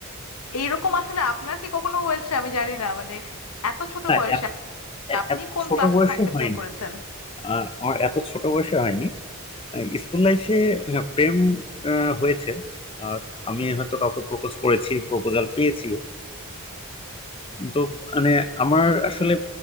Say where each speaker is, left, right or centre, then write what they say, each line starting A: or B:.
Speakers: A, on the left; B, on the left.
A: এইরকম আসলে আপনার কি কখনো হয়েছে আমি জানি না মানে এত ছোট
B: না,
A: বয়সে
B: এত এ-
A: আপনি
B: এত
A: কোন
B: ছোট
A: ক্লাসে
B: বয়সে
A: থাকতে
B: হয়নি
A: প্রেম করেছেন
B: আহ, আমার এত ছোট বয়সে হয়নি স্কুল লাইফে প্রেম আহ, হয়েছে আর আমি হয়তো কাউকে প্রপোজ করেছি প্রপোজাল পেয়েছিও কিন্তু মানে আমার আসলে